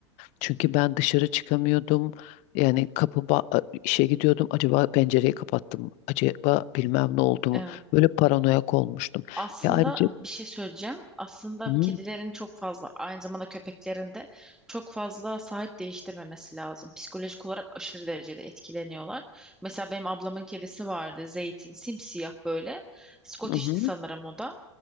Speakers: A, on the left (about 50°); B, in the centre.
A: Çünkü ben dışarı çıkamıyordum. Yani kapı ba- İşe gidiyordum. Acaba pencereyi kapattım mı? Acaba bilmem ne oldu
B: Evet.
A: mu? Böyle paranoyak olmuştum.
B: Aslında
A: Ve ayrıca
B: bir şey söyleyeceğim. Aslında
A: hı
B: kedilerin çok fazla, aynı zamanda köpeklerin de çok fazla sahip değiştirmemesi lazım. Psikolojik olarak aşırı derecede etkileniyorlar. Mesela benim ablamın kedisi vardı, Zeytin, simsiyah böyle. Scottish'ti
A: hı
B: sanırım o da.